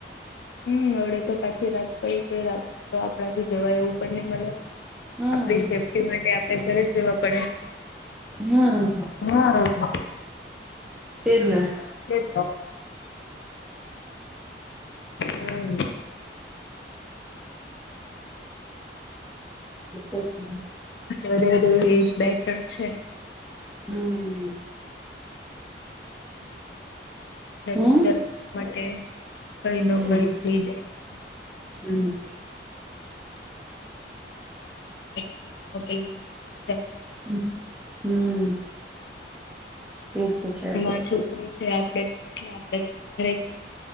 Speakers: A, on the left; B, in the centre.
A: હમ હવડે તો પાછી રાત પડી ગઈ રાતના તો આપણાથી જવા એવું પણ નહી મળે.
B: હમ
A: આપણી સેફ્ટી માટે આપણે ઘરે જ રહેેવા પડે.
B: હમ
A: હા અ.
B: તે જને.
A: તે જતો હમ.
B: અચચ્છા <inaudible>
A: ઘેર રેવું એજ બેટર છે.
B: હમ.
A: <inaudible>
B: હમ
A: જરાક નમાટે કઈ
B: હમ
A: ન કઈ થઈ જાય જ.
B: હમ
A: હોટલ બીથ કરવા પા જવા પેલા વિચારવુ પડે
B: હ હમ. એ તો છે.
A: એમાં છોકરી છે આપડે તો એટલે આપડે તો વધારે જ.